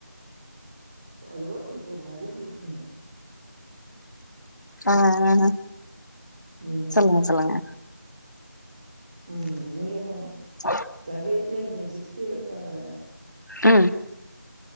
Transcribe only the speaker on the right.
அது ரோட்ல போது நா வீட்ல இருக்கே
ம்
ம் நீங்கதா
எங்க வீட்டுல எங்க சித்தி வெப்பாங்க